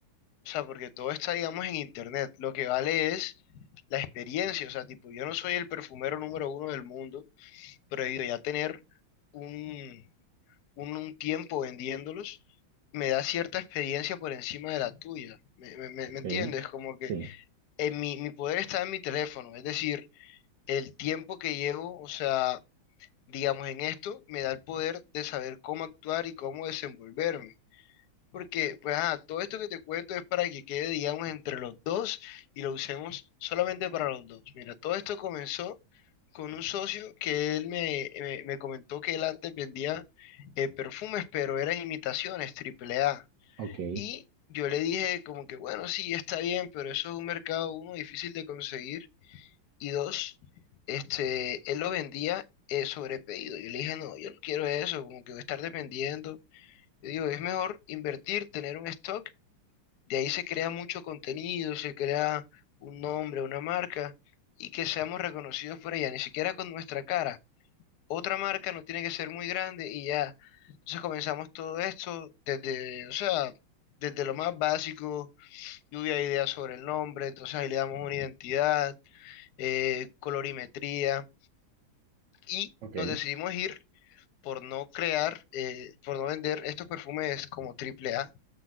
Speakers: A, on the left; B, on the right.
A: O sea, porque todo está, digamos, en internet. Lo que vale es la experiencia. O sea, tipo, yo no soy el perfumero número uno del mundo, pero debido ya a tener un, un, un tiempo vendiéndolos, me da cierta experiencia por encima de la tuya. ¿Me, me- me-
B: Ok,
A: me entiendes? Como que
B: sí,
A: en mi, mi poder está en mi teléfono. Es decir, el tiempo que llevo, o sea, digamos, en esto, me da el poder de saber cómo actuar y cómo desenvolverme. Porque, pues, ah, todo esto que te cuento es para que quede, digamos, entre los dos y lo usemos solamente para los dos. Mira, todo esto comenzó con un socio que él me, me- me comentó que él antes vendía eh, perfumes, pero eran imitaciones, triple A.
B: ok,
A: Y yo le dije como que, bueno, sí, está bien, pero eso es un mercado, uno, difícil de conseguir. Y dos, este, él lo vendía eh, sobre pedido. Yo le dije, no, yo no quiero eso, como que voy a estar dependiendo. Yo digo, es mejor invertir, tener un stock de ahí se crea mucho contenido, se crea un nombre, una marca y que seamos reconocidos por ella, ni siquiera con nuestra cara. Otra marca no tiene que ser muy grande y ya. Entonces comenzamos todo esto desde, o sea, desde lo más básico, lluvia de ideas sobre el nombre, entonces ahí le damos una identidad, eh, colorimetría y
B: ok,
A: nos decidimos ir por no crear, eh, por no vender estos perfumes como triple A